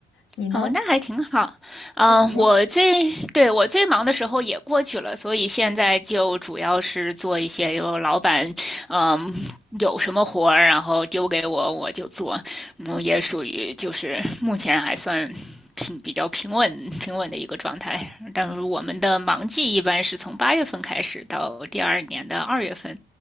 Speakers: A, on the left; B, in the centre.
A: 你呢？
B: 哦，那还挺好。嗯，
A: 还行。
B: 我最，对，我最忙的时候也过去了，所以现在就主要是做一些有老板，嗯，有什么活儿，然后丢给我，我就做。嗯，也属于就是目前还算平比较平稳平稳的一个状态。但是我们的忙季一般是从八月份开始到第二年的二月份，